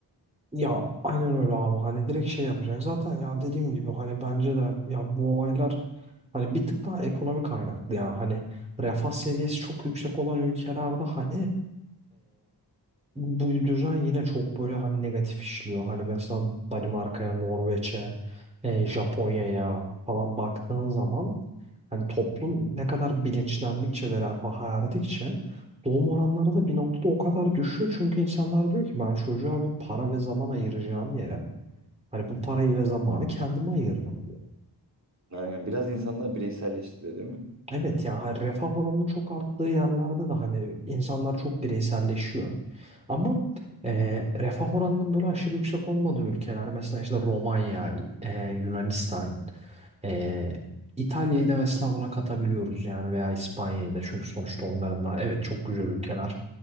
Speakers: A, on the right; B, on the right.
A: Ya aynen öyle abi hani direkt şey yapacak. Zaten ya dediğim gibi hani bence de ya bu olaylar hani bir tık daha ekonomik kaynaklı ya. Hani refah seviyesi çok yüksek olan ülkelerde hani bu düzen yine çok böyle hani negatif işliyor. Hani mesela Danimarka'ya, Norveç'e, e, Japonya'ya falan baktığın zaman hani toplum ne kadar bilinçlendikçe ve refaha erdikçe doğum oranları da bir noktada o kadar düşüyor. Çünkü insanlar diyor ki ben çocuğa bir para ve zaman ayıracağım yere hani bu parayı ve zamanı kendime ayırırım
B: Aynen biraz insanlar bireyselleşti de değil mi?
A: Evet ya hani refah oranının çok arttığı yerlerde de hani insanlar çok bireyselleşiyor. Ama e, refah oranının böyle aşırı yüksek olmadığı ülkeler mesela işte Romanya, e, Yunanistan, e, İtalya'yı da mesela buna katabiliyoruz yani veya İspanya'yı da çünkü sonuçta onların da evet çok güzel ülkeler.